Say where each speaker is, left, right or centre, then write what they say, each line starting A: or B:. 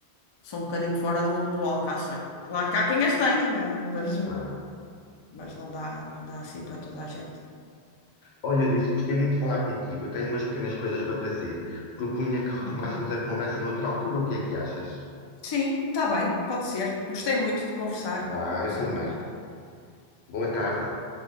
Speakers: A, on the left; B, on the left.
A: são um bocadinho fora do, do alcance, não é? Claro que há quem as tenha, não é? Mas,
B: claro.
A: mas não dá, não dá assim para toda a gente.
B: Olha, Eunice, gostei muito de falar contigo. Eu tenho umas pequenas coisas para fazer. Propunha que retomássemos
A: Ok.
B: a conversa noutra altura. O que é que achas?
A: Sim, está bem, pode ser. Gostei muito de conversar
B: Vá, eu
A: sobre
B: também.
A: isto.
B: Boa tarde.